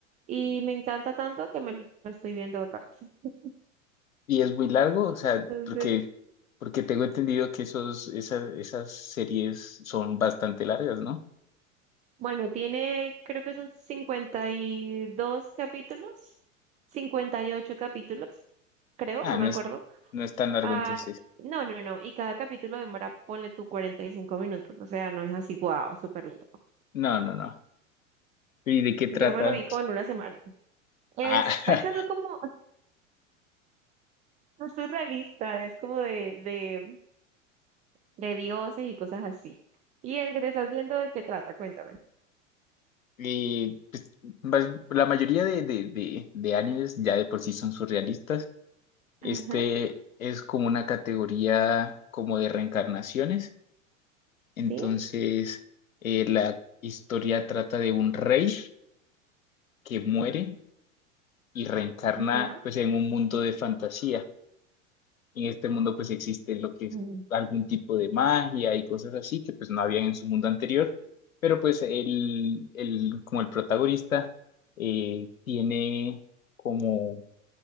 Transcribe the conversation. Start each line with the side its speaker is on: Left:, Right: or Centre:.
Right: y me encanta tanto que me lo estoy viendo otra vez. <laughs>
Left: Y es muy largo, o sea,
Right: Entonces,
Left: porque, porque tengo entendido que esos, esas, esas series son bastante largas, ¿no?
Right: bueno, tiene, creo que son 52 capítulos, 58 capítulos, creo,
Left: Ah,
Right: no
Left: no
Right: me acuerdo.
Left: es, no es tan largo
Right: Ah,
Left: entonces.
Right: no, no, no, y cada capítulo demora, ponle tú 45 minutos, o sea, no es así, wow, súper largo.
Left: No, no, no. ¿Y de qué trata?
Right: Yo me lo vi como en una semana. Es,
Left: Ah,
Right: es algo
Left: <laughs>
Right: como <laughs> surrealista, es como de, de, de dioses y cosas así. ¿Y el que te estás viendo de qué trata? Cuéntame.
Left: y, pues, más- la mayoría de, de, de, de animes ya de por sí son surrealistas. Este
Right: Ajá,
Left: es como una categoría como de reencarnaciones Entonces,
Right: sí,
Left: eh, la historia trata de un rey que muere y reencarna
Right: ajá.
Left: pues en un mundo de fantasía. En este mundo pues existe lo que es
Right: Mm,
Left: algún tipo de magia y cosas así que pues no habían en su mundo anterior, pero pues el, el- como el protagonista eh, tiene como